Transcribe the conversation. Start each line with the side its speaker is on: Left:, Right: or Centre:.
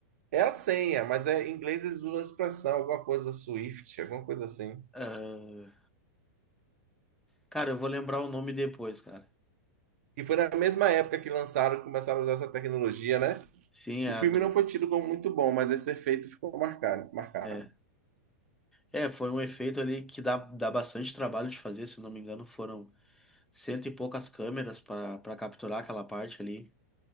Right: É a senha, mas é, em inglês eles usam a expressão, alguma coisa Swift, alguma coisa assim.
Centre: Ah, cara, eu vou lembrar o nome depois, cara.
Right: E foi na mesma época que lançaram, começaram a usar essa tecnologia, né?
Centre: Sim, é
Right: O filme
Centre: a do.
Right: não foi tido como muito bom, mas esse efeito ficou marcado, marcado.
Centre: É. É, foi um efeito ali que dá, dá bastante trabalho de fazer, se eu não me engano, foram cento e poucas câmeras para para capturar aquela parte ali.